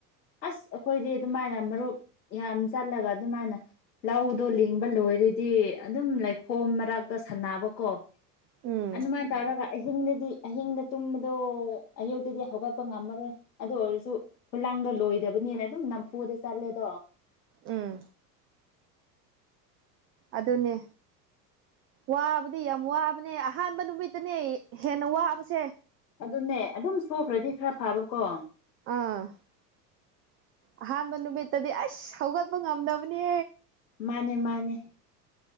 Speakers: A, on the left (about 80°); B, on the right (about 25°).
A: ꯑꯁ ꯑꯩꯈꯣꯢꯗꯤ ꯑꯗꯨꯃꯥꯢꯅ ꯃꯔꯨꯞ ꯌꯥꯝ ꯆꯠꯂꯒ ꯑꯗꯨꯃꯥꯢꯅ ꯂꯧꯗꯣ ꯂꯤꯡꯕ ꯂꯣꯢꯔꯗꯤ ꯑꯗꯨꯝ ꯂꯩꯈꯣꯝ ꯃꯔꯥꯛꯇ ꯁꯥꯟꯅꯕꯀꯣ
B: ꯎꯝ
A: ꯑꯗꯨꯃꯥꯢꯅ ꯇꯧꯔꯒ ꯑꯍꯤꯡꯗꯗꯤ ꯑꯍꯤꯡꯗ ꯇꯨꯝꯕꯗꯣ ꯑꯌꯨꯛꯇꯗꯤ ꯍꯧꯒꯠꯄ ꯉꯝꯃꯔꯣꯢ ꯑꯗꯨ ꯑꯣꯢꯔꯁꯨ ꯈꯨꯂꯥꯡꯗꯣ ꯂꯣꯢꯗꯕꯅꯤꯅ ꯑꯗꯨꯝ ꯅꯝꯐꯨꯗ ꯆꯠꯂꯦꯗꯣ
B: ꯎꯝ ꯑꯗꯨꯅꯦ ꯋꯥꯕꯗꯤ ꯌꯥꯝ ꯋꯥꯕꯅꯦ ꯑꯍꯥꯟꯕ ꯅꯨꯃꯤꯠꯇꯅꯦ ꯍꯦꯟꯅ ꯋꯥꯕꯁꯦ
A: ꯑꯗꯨꯅꯦ ꯑꯗꯨꯝ ꯁꯨꯈ꯭ꯔꯗꯤ ꯈꯔ ꯐꯥꯕꯀꯣ
B: ꯑꯥ ꯑꯍꯥꯟꯕ ꯅꯨꯃꯤꯠꯇꯗꯤ ꯑꯩꯁ ꯍꯧꯒꯠꯄ ꯉꯝꯗꯕꯅꯦ
A: ꯃꯥꯅꯦ ꯃꯥꯅꯦ